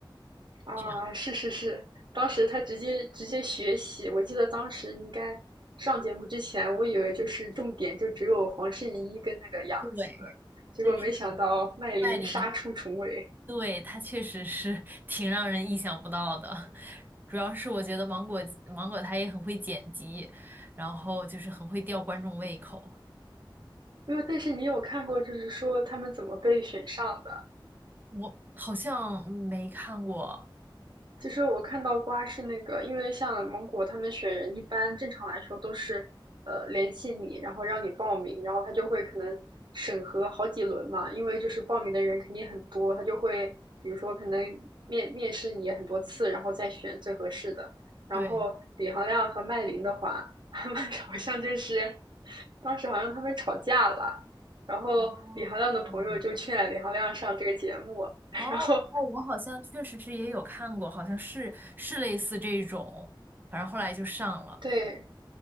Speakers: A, on the right; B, on the right.
A: 啊，
B: 这样。
A: 是是是，当时他直接直接学习，我记得当时应该上节目之前，我以为就是重点就只有黄圣依跟那个杨紫，
B: 对，
A: 结果没想到麦琳杀出重围。
B: 但是麦琳对，它确实是 <laughs> 挺让人意想不到的，主要是我觉得芒果芒果它也很会剪辑，然后就是很会吊观众胃口。
A: 没有，但是你有看过就是说他们怎么被选上的？
B: 我好像没看过，
A: 其实我看到瓜是那个，因为像芒果他们选人，一般正常来说都是，呃，联系你，然后让你报名，然后他就会可能审核好几轮嘛，因为就是报名的人肯定很多，他就会比如说可能面面试你很多次，然后再选最合适的。然后李行亮和麦琳的话，
B: 对，
A: 他们 <laughs> 好像就是当时好像他们吵架了，然后李行亮的朋友就劝李行亮上这个节目，
B: 哦嗯，哦哦，
A: 然后
B: 我好像确实是也有看过，好像是是类似这种，反正后来就上了。
A: 对，